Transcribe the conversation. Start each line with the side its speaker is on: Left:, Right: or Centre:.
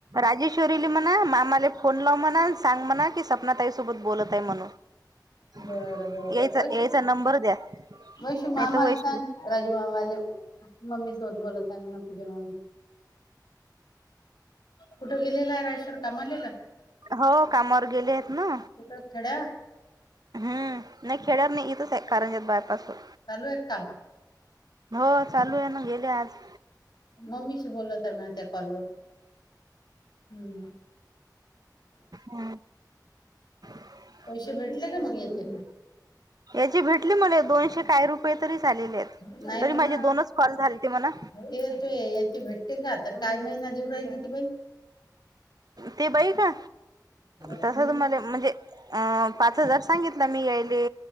Right: राजेश्वरीला म्हणा मामाला फोन लाव म्हणा सांग, म्हणा की सपनातााईसोबत बोलत आहे. म्हणून
Left: बरं बरं
Right: यायचा
Left: वैशू
Right: यायचा नंबर द्या
Left: वैशू मामाला
Right: नाही तर, वैशाली
Left: सांग राजू मामाले मम्मी सोबत बोलत आहे. म्हणा पूजा मामी. कुठं गेलेला आहे. राजेश्वर कामाले का,
Right: हो कामावर गेलेत ना.
Left: कुठं खेड्यावर
Right: हम्म. नाही खेड्यावर नाही इथंच आहे कारंजात बायपास वर.
Left: चालू आहे काम
Right: हो चालू आहे, ना गेले आज
Left: मम्मीशी बोलत आहे. मग त्या कॉलवर हम्म.
Right: <unintelligible> आ <unintelligible>
Left: पैसे भेटले का मग याचे.
Right: याचे भेटले मले, दोनशे काही रुपये तरी झालेलेत
Left: नाही
Right: तरी
Left: ना मग
Right: माझे दोनच कॉल झालेते म्हणा.
Left: ते तू याची भेटते का, तर काय महिना देऊ राहिली ती बाई.
Right: ती बाई का,
Left: हम्म,
Right: तसंच मले म्हणजे, अ पाच हजार सांगितला मी यायले.